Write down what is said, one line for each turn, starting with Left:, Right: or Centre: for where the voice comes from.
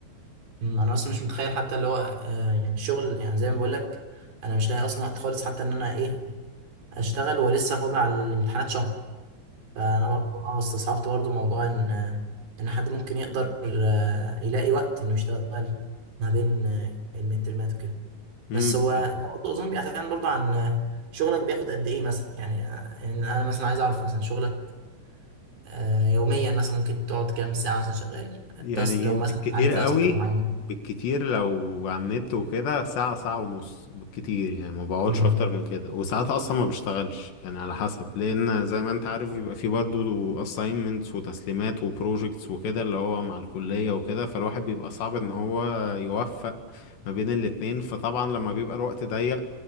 Right: أمم، انا اصلا مش متخيل حتى اللي هو آه، يعني الشغل يعني زي ما بقول لك انا مش لاقي اصلا وقت خالص حتى ان انا ايه اشتغل ولسه فاضل على الامتحانات شهر فانا برضه اه استصعبت برضه موضوع ان آه، ان حد ممكن يقدر آه، يلاقي وقت انه يشتغل ما بين آه، المترمات وكده
Left: امم
Right: بس هو ده برضه اظن بيعتمد برضه عن شغلك بياخد قد ايه مثلا يعني يعني انا مثلا عايز اعرف مثلا شغلك آه، يوميا مثلا ممكن تقعد كام ساعه مثلا شغال
Left: يعني
Right: تاس- لو
Left: بالكتير
Right: مثلا عليك
Left: قوي
Right: تاسك معين
Left: بالكتير لو على النت وكده ساعة ساعة ونص بالكتير يعني ما بقعدش
Right: مم.
Left: أكتر من كده وساعات أصلا ما بشتغلش يعني على حسب لأن زي ما أنت عارف بيبقى فيه برضه assignments وتسليمات وبروجيكتس وكده اللي هو مع الكلية وكده فالواحد بيبقى صعب إن هو يوفق ما بين الاتنين فطبعا لما بيبقى الوقت ضيق